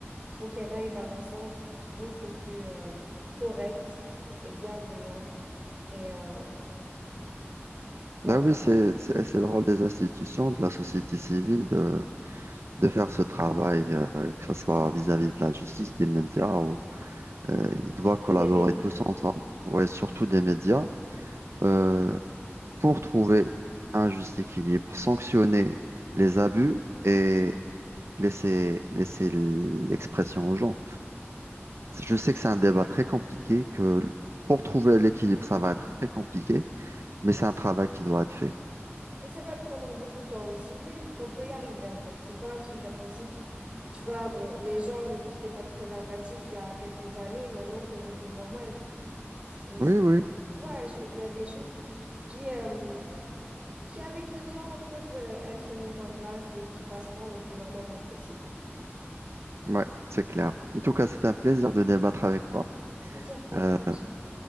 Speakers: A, on the right; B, on the right.
A: faut qu'elle aille vers un sens beaucoup plus euh, correct et bienveillant. Et euh, voilà.
B: Ben oui, c'est, c'est, c'est le rôle des institutions, de la société civile de, de faire ce travail, euh, que ce soit vis-à-vis de la justice, des médias, ou, euh, ils doivent
A: Surtout
B: collaborer
A: des médias.
B: tous ensemble, ouais, surtout des médias, euh, pour trouver un juste équilibre, sanctionner les abus et laisser, laisser l'expression aux gens. Je sais que c'est un débat très compliqué, que pour trouver l'équilibre, ça va être très compliqué. Mais c'est un travail qui doit être fait.
A: Et ça va prendre beaucoup de temps aussi, mais on peut y arriver en fait. C'est pas un truc impossible. Tu vois, euh, les gens ne portaient pas de préservatif il y a quelques années. Maintenant, c'est devenu normal. C'est,
B: Oui,
A: c'est-
B: oui,
A: Tu vois, je- il y a des choses qui, euh, qui, avec le temps, peuvent euh, être mises en place et qui passeront le plus normalement possible.
B: ouais, c'est clair. En tout cas, c'est un plaisir de débattre avec toi.
A: Plaisir partagé.
B: Euh,